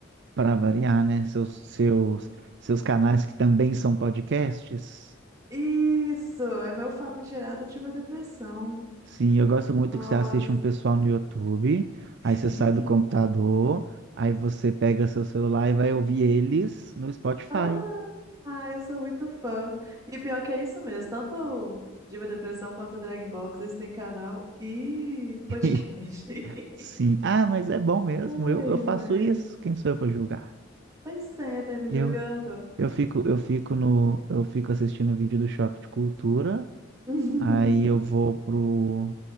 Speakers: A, on the right; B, on the right.
A: Para variar, né? Seus, seus, seus canais que também são podcasts.
B: Isso, é meu famigerado Diva Depressão.
A: Sim, eu gosto muito
B: Nossa.
A: que você assiste um pessoal no YouTube,
B: <laughs>
A: aí você sai do computador, aí você pega seu celular e vai ouvir eles no Spotify.
B: Ah, ah, eu sou muito fã. E pior que é isso mesmo, tanto o Diva Depressão quanto o Drag Box, eles têm canal e podcast.
A: <laughs>
B: <laughs>
A: Sim. Ah, mas é bom mesmo.
B: Ai,
A: Eu, eu faço
B: velho.
A: isso. Quem sou eu para julgar?
B: Pois é, tá me
A: Eu,
B: julgando?
A: eu fico, eu fico no, eu fico assistindo o vídeo do Choque de Cultura.
B: <laughs>
A: Aí eu vou pro,